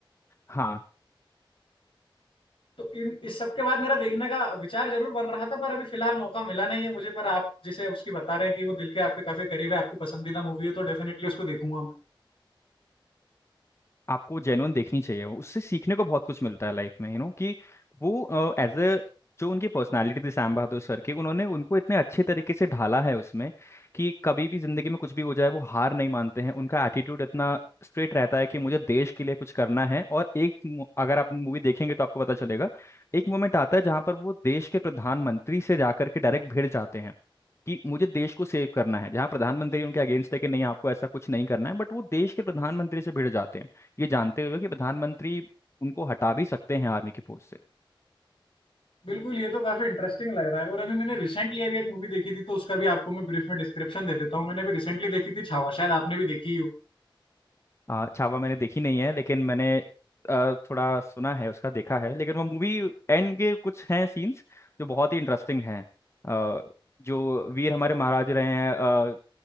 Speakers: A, on the left; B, on the left.
A: हाँ
B: तो इन इस सब के बाद मेरा देखने का विचार जरूर बन रहा था पर अभी फिलहाल मौका मिला नहीं है मुझे पर आप जैसे उसकी बता रहे हैं कि वो दिल के आपके काफी करीब है आपकी पसंदीदा मूवी है तो डेफिनेटली उसको देखूंगा मैं
A: आपको जेन्युइन देखनी चाहिए उससे सीखने को बहुत कुछ मिलता है लाइफ में यू नो कि वो एज ए जो उनकी पर्सनालिटी थी श्याम बहादुर सर की उन्होंने उनको इतने अच्छे तरीके से ढाला है उसमें कि कभी भी जिंदगी में कुछ भी हो जाए वो हार नहीं मानते हैं उनका एटीट्यूड इतना स्ट्रेट रहता है कि मुझे देश के लिए कुछ करना है और एक मु- अगर आप मूवी देखेंगे तो आपको पता चलेगा एक मोमेंट आता है जहां पर वो देश के प्रधानमंत्री से जाकर के डायरेक्ट भिड़ जाते हैं कि मुझे देश को सेव करना है जहाँ प्रधानमंत्री उनके अगेंस्ट है कि नहीं आपको ऐसा कुछ नहीं करना है बट वो देश के प्रधानमंत्री से भिड़ जाते हैं ये जानते हुए कि प्रधानमंत्री उनको हटा भी सकते हैं आर्मी की पोस्ट से
B: बिल्कुल ये तो काफी इंटरेस्टिंग लग रहा है और अभी मैंने रिसेंटली अभी एक मूवी देखी थी तो उसका भी आपको मैं ब्रीफ में डिस्क्रिप्शन दे देता हूँ मैंने अभी रिसेंटली देखी थी छावा शायद आपने भी देखी हो
A: आ, छावा मैंने देखी नहीं है लेकिन मैंने आ, थोड़ा सुना है उसका देखा है लेकिन वो मूवी एंड के कुछ हैं सीन्स जो बहुत ही इंटरेस्टिंग हैं आ, जो वीर हमारे महाराज रहे हैं आ,